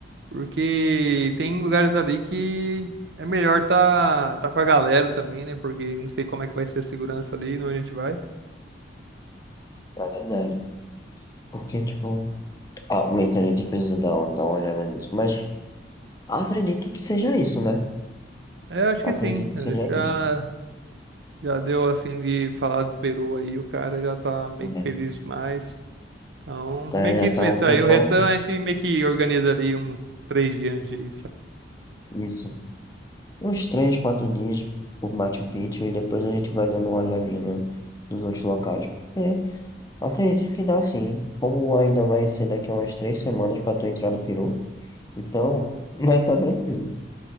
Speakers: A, on the right; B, on the left.
A: porque tem lugares ali que é melhor tá, tá com a galera também, né? Porque não sei como é que vai ser a segurança ali, onde a gente vai.
B: na verdade. Porque, tipo, realmente a gente precisa dar, uma- dar uma olhada nisso. Mas acredito que seja isso, né?
A: É, eu acho
B: Acredito
A: que sim.
B: que
A: Eu
B: seja
A: Já,
B: isso.
A: já deu, assim, de falar do Peru aí, o cara já tá meio
B: né?
A: que feliz demais. Então,
B: O cara
A: meio que
B: já
A: isso
B: tá
A: mesmo.
B: há um tempão
A: Aí o restante, a gente meio que organiza ali um três dias antes disso.
B: isso. Uns três, quatro dias por Machu Picchu e depois a gente vai dando uma olhadinha no- nos outros locais. É, acredito que dá sim. Como ainda vai ser daqui a umas três semanas pra tu entrar no Peru, então <laughs> vai estar tranquilo.